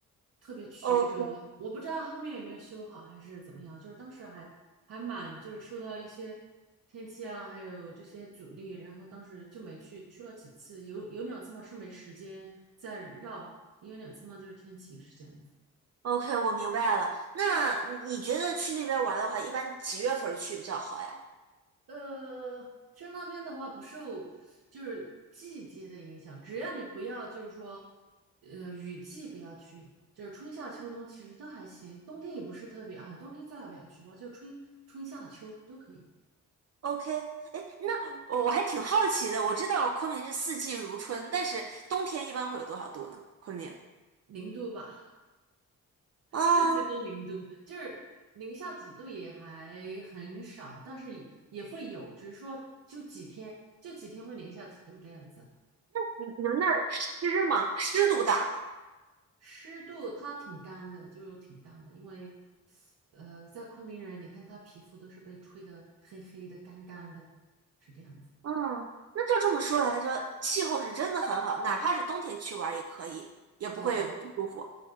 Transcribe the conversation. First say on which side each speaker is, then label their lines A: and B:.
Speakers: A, on the right; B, on the right.
A: 特别曲折的。
B: ？OK
A: 我不知道后面有没有修好还是怎么样，就是当时还还蛮就是受到一些天气啊，还有这些阻力，然后当时就没去，去了几次，有有两次嘛是没时间再绕，也有两次嘛就是天气是这样子。
B: OK，我明白了。那你你觉得去那边玩儿的话，一般几月份儿去比较好呀？
A: 呃，去那边的话不受就是季节的影响，只要你不要就是说，呃，雨季不要去，就是春夏秋冬其实都还行，冬天也不是特别啊，冬天最好不要去吧，就春春夏秋都可以，
B: OK，哎，那我我还挺好奇的。我知道昆明是四季如春，但是冬天一般会有多少度呢？昆明
A: 零度吧，<laughs>
B: 啊，
A: 就最多零度，就是零下几度也还很少，但是也也会有，只是说就几天，就几天会零下几度这样子。
B: 你你们那儿湿吗？湿度大吗？
A: 湿度它挺干的，就是挺干的，因为呃，在昆明人，你看他皮肤都是被吹得黑黑的、干干的，是这样子。
B: 嗯，那就这么说来着，气候是真的很好，哪怕是冬天去玩儿也可以，也不会不舒服。
A: 对，